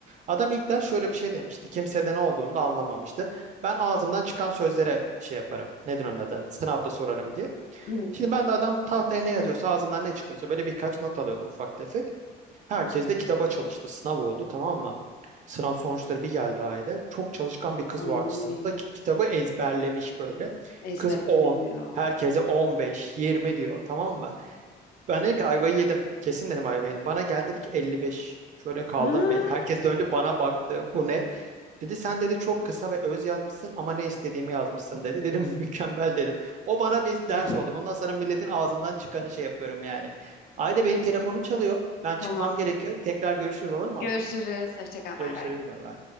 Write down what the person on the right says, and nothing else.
Adam ilk ders şöyle bir şey demişti. Kimse de ne olduğunu da anlamamıştı. Ben ağzımdan çıkan sözlere şey yaparım. Nedir onun adı? Sınavda sorarım diye.
Şimdi ben de adam tahtaya ne yazıyorsa ağzından ne çıkıyorsa böyle birkaç not alıyordum ufak tefek. Herkes de kitaba çalıştı. Sınav oldu tamam mı? Sınav sonuçları bir geldi ayda. Çok çalışkan bir kız
vardı sınıfta. Ki- Kitabı ezberlemiş böyle.
Kız
10. Herkese 15, 20 diyor tamam mı? Ben dedim ki ayvayı yedim. Kesin dedim ayvayı yedim. Bana geldi dedi ki 55, Şöyle kaldım
bir. Herkes döndü bana baktı. Bu ne? Dedi sen dedi çok kısa ve öz yazmışsın ama ne istediğimi yazmışsın dedi. Dedim <laughs> mükemmel dedim. O bana bir
ders oldu. ondan sonra milletin ağzından çıkanı şey yapıyorum yani. Ayda
benim telefonum çalıyor. Ben çıkmam
gerekiyor. Tekrar görüşürüz olur mu?
Görüşürüz
bay bay.